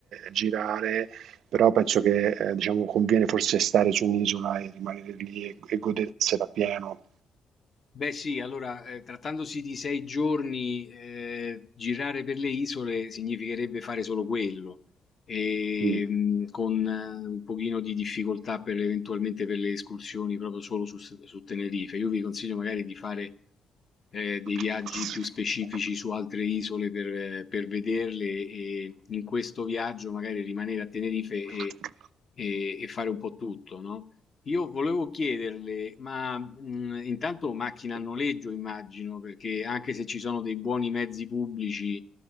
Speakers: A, on the right; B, on the left.
A: girare, però penso che eh, diciamo, conviene forse stare su un'isola e rimanere lì e, e godersela pieno.
B: Beh sì, allora eh, trattandosi di sei giorni, eh, girare per le isole significherebbe fare solo quello, e,
A: Mm.
B: mh, con eh, un pochino di difficoltà per, eventualmente per le escursioni proprio solo su, su Tenerife. Io vi consiglio magari di fare eh,
A: Fu un importante
B: dei viaggi più
A: personaggio
B: specifici
A: della
B: su altre isole per, eh, per vederle e in questo viaggio magari rimanere a Tenerife e,
A: politica
B: e- e fare un po' tutto, no? Io volevo chiederle, ma mh, intanto macchina
A: locale.
B: a noleggio immagino, perché anche se ci sono dei buoni mezzi pubblici,